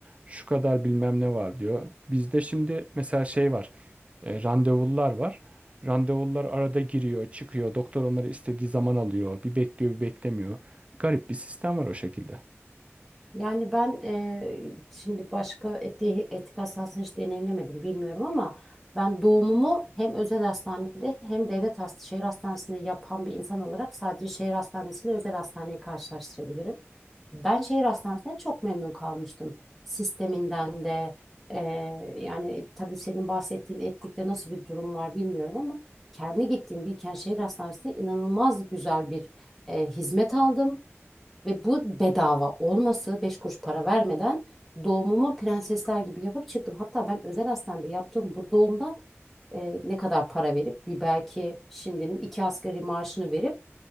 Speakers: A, on the right (about 25°); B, in the centre.
A: Şu kadar bilmem ne var diyor. Bizde şimdi mesela şey var. E, randevular var. Randevular arada giriyor, çıkıyor. Doktor onları istediği zaman alıyor. Bir bekliyor, bir beklemiyor. Garip bir sistem var o şekilde.
B: Yani ben eee, şimdi başka eti, etik hastanesini hiç deneyimlemedim bilmiyorum ama ben doğumumu hem özel hastanede hem devlet hast şehir hastanesinde yapan bir insan olarak sadece şehir hastanesiyle özel hastaneyi karşılaştırabilirim. Ben şehir hastanesinden çok memnun kalmıştım. Sisteminden de eee, yani tabii senin bahsettiğin etlikte nasıl bir durum var bilmiyorum ama kendi gittiğim Bilkent Şehir Hastanesi'nde inanılmaz güzel bir eee, hizmet aldım. Ve bu bedava olması 5 kuruş para vermeden doğumumu prensesler gibi yapıp çıktım. Hatta ben özel hastanede yaptığım bu doğumdan e, ne kadar para verip bir belki şimdinin iki asgari maaşını verip